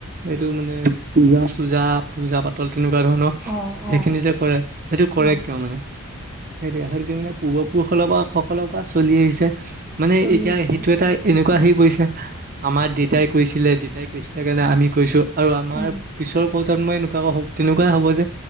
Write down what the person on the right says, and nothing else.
এইটো মানে পূজা চূজা পূজা পাতল- তেনেকুৱা ধৰণৰ
সেইখিনি
যে কৰে সেইটো কৰে
কিয় মানে সেইটো মানে- পুৰুষসকলৰ পৰা সকলৰ পৰা চলি আহিছে, মানে
এতিয়া
সেইটো এটা এনে আহি পৰিছে আমাৰ দতাই কৈছিলে দতাই কৈছিলে কাৰণে আমি কৈছো। আৰু
আমাৰ পিছৰ প্ৰজন্মই এনেকুৱা হ তেনেকুৱাই হ'ব যে